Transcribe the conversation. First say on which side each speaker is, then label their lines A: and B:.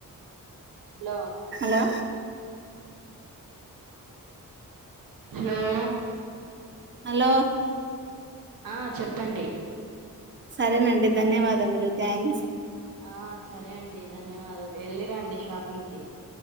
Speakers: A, on the right; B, on the right.
A: లో
B: దా
A: హలో
B: హలో
A: ఆ చెప్పండి
B: సరే నండి ధన్యవాదములు థ్యాంక్స్
A: ఆ సరే అండి ధన్యవాదలు ఎల్లి రండి షాప్ పింకి